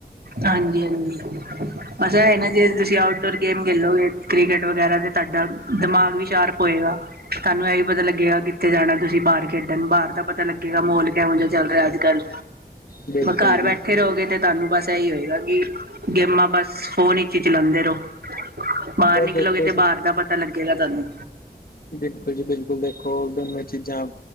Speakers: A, on the right (about 70°); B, on the left (about 65°).
A: ਹਾਂਜੀ- ਹਾਂਜੀ। ਅੱਛਾ ਹੈ ਨਾ ਜੇ ਤੁਸੀਂ ਆਊਟਡੋਰ ਗੇਮ ਖੇਲੋਗੇ ਕ੍ਰਿਕਟ ਵਗੈਰਾ ਤੇ ਤੁਹਾਡਾ ਦਿਮਾਗ ਵੀ ਸ਼ਾਰਪ ਹੋਏਗਾ। ਤੁਹਾਨੂੰ ਇਹ ਵੀ ਪਤਾ ਲੱਗੇਗਾ ਕਿੱਥੇ ਜਾਣਾ ਤੁਸੀਂ ਬਾਹਰ ਖੇਡਣ ਬਾਹਰ ਦਾ ਪਤਾ ਲੱਗੇਗਾ। ਮੋਲ ਕਿਹੋ ਜਿਹਾ ਚੱਲ ਰਿਹਾ ਅੱਜ ਕੱਲ।
B: ਬਿਲਕੁਲ
A: ਘਰ ਬੈਠੇ
B: ਜੀ
A: ਰਹੋਗੇ ਤੇ ਤੁਹਾਨੂੰ ਬਸ ਇਹੀ ਹੋਏਗਾ ਕਿ, ਗੇਮਾਂ ਬਸ ਫੋਨ ਵਿਚ ਹੀ ਚਲਾਉਂਦੇ ਰਹੋ। ਬਾਹਰ
B: ਬਸ
A: ਨਿਕਲੋਗੇ
B: ਦੇਖੋ
A: ਤੇ
B: ਜੀ
A: ਬਾਹਰ ਦਾ ਪਤਾ ਲੱਗੇਗਾ ਤੁਹਾਨੂੰ।
B: ਬਿਲਕੁਲ ਜੀ, ਬਿਲਕੁਲ ਦੇਖੋ ਦੋਵੇਂ ਚੀਜ਼ਾਂ